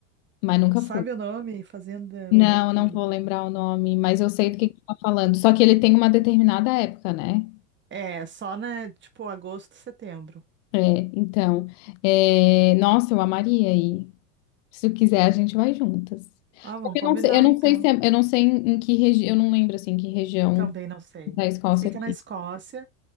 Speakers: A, on the left; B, on the right.
A: mas nunca
B: sabe
A: fui.
B: o nome? Fazenda
A: Não,
B: Buck...
A: não vou lembrar o nome, mas eu sei do que que você tá falando. Só que ele tem uma determinada época, né?
B: É, só, né? Tipo, agosto, setembro.
A: É, então, é, nossa, eu amaria aí. Se tu quiser, a gente vai juntas.
B: Ah, vamos
A: Só que
B: combinar
A: eu não sei, eu não
B: então.
A: sei se é- eu não sei em, em que região, eu não lembro assim em que região
B: Também não sei.
A: da Escócia
B: Sei que é
A: fica.
B: na Escócia,